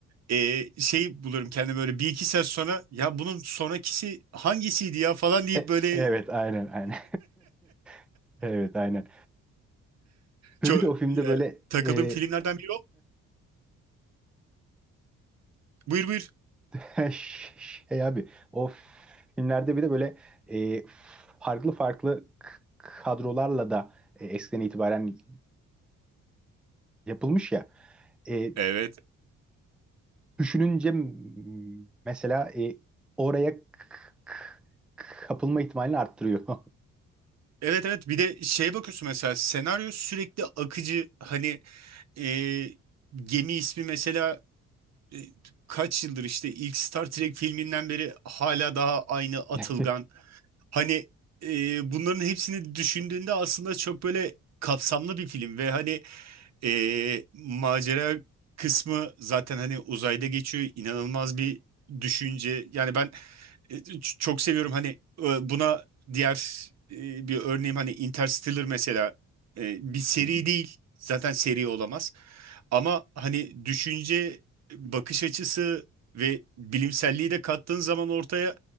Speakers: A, on the right; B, in the centre.
A: e, şey bulurum kendime böyle bir iki saat sonra ya bunun sonrakisi hangisiydi ya falan deyip
B: E,
A: böyle
B: evet aynen aynen. <laughs> Evet aynen. Ve
A: çö-
B: bir de o filmde böyle
A: takıldığım
B: e,
A: filmlerden biri o. Buyur buyur.
B: <laughs> şey abi o filmlerde bir de böyle e, farklı farklı k- kadrolarla da e, eskiden itibaren yapılmış ya. E,
A: Evet.
B: düşününce m- mesela e, oraya k- k- kapılma ihtimalini arttırıyor. <laughs>
A: Evet evet bir de şeye bakıyorsun mesela senaryo sürekli akıcı hani e, gemi ismi mesela e, kaç yıldır işte ilk Star Trek filminden beri hala daha aynı atılgan
B: Hı
A: Hani e, bunların hepsini düşündüğünde aslında çok böyle kapsamlı bir film ve hani e, macera kısmı zaten hani uzayda geçiyor inanılmaz bir düşünce. Yani ben e, ç- çok seviyorum hani e, buna diğer e, bir örneğim hani Interstellar mesela e, bir seri
B: hı.
A: değil zaten seri olamaz ama hani düşünce bakış açısı ve bilimselliği de kattığın zaman ortaya